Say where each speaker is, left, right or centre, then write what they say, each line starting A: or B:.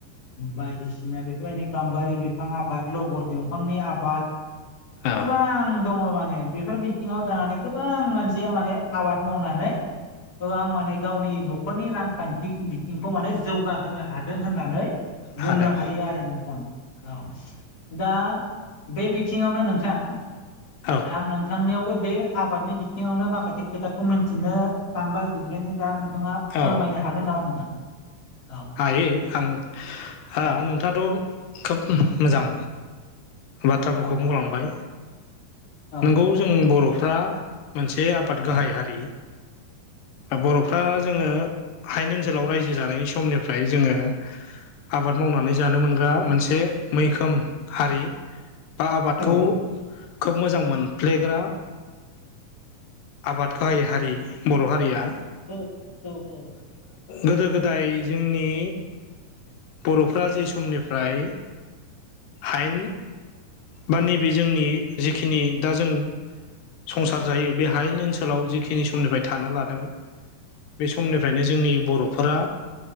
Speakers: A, on the left; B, on the left.
A: बायदिसिना बेफोरबायदि गाम्बारि बिफां आबाद लबर दंफांनि आबाद
B: औ
A: गोबां दङ' मा ने बेफोर बिथिङाव थानानै गोबां मानसिया माने आबाद मावनानै गोबां माने गावनि न'खरनि रांखान्थि बिथिंखौ माने जौगाहोनो हादों होननानै
B: हादों
A: बुंनो हायो आरो नोंथां औ दा बे बिथिङावनो नों थां
B: औ
A: आं नोंथांनियावबो बे आबादनि बिथिङावनो माखासे खोथाखौ मोनथिनो सानबाय बेनिखायनो दा नों थाङा फोरमायनो
B: औ
A: हागोन नामा नोंथां? औ
B: हायो आं
A: औ
B: ओ नोंथाङाथ' खोब मोजां बाथ्राफोरखौ
A: औ
B: बुंलांबाय
A: औ
B: नोंगौ जों बर'फ्रा मोनसे आबाद गाहाय
A: औ
B: हारि बर'फ्रा जोङो हायेन ओनसोलाव रायजो जानायनि समनिफ्राय जोङो आबाद मावनानै जानो मोनग्रा मोनसे मैखोम हारि बा आबादखौ
A: औ
B: खोब मोजां मोन फ्लेग्रा आबाद गाय हारि बर' हारिया
A: औ औ औ
B: गोदो-गोदाय जोंनि बर'फ्रा जे समनिफ्राय आयेन बा नैबे जोंनि जिखिनि दा जों संसार जायो बे हायनि ओनसोलाव जिखिनि समनिफ्राय थानो लादों बे समनिफ्रायनो जोंनि बर'फोरा